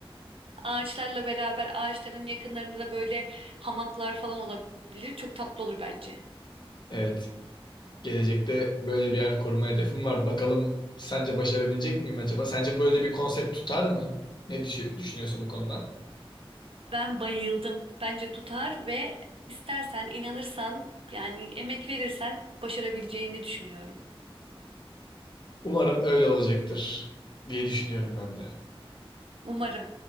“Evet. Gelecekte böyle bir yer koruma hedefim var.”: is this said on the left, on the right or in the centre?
Left